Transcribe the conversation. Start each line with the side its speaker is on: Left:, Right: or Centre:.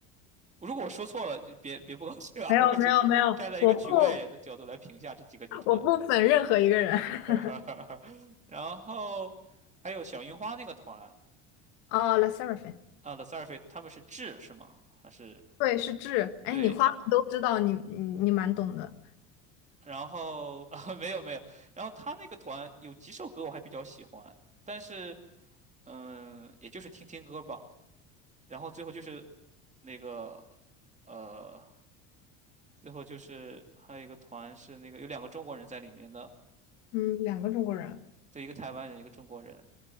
Right: 如果我说错了，就别别不高兴啊，
Left: 没有没有没有，
Right: <laughs> 我只是站在一个局外人的角度来评价这几个女团，
Left: 我不我不粉任何一个人。<laughs>
Right: <laughs> 然后还有小樱花那个团。
Left: 哦，La Sserafim，
Right: 啊 t h e s u r f i 他们是智是吗？还是
Left: 对，是智。哎，
Right: 对，
Left: 你花粉都知道，
Right: 然
Left: 你你你蛮懂的。
Right: 然后啊 <laughs> 没有没有，然后他那个团有几首歌我还比较喜欢，但是嗯，也就是听听歌吧。然后最后就是那个呃，最后就是还有一个团是那个有两个中国人在里面的，
Left: 嗯，两个中国人。
Right: 对，一个台湾人，一个中国人，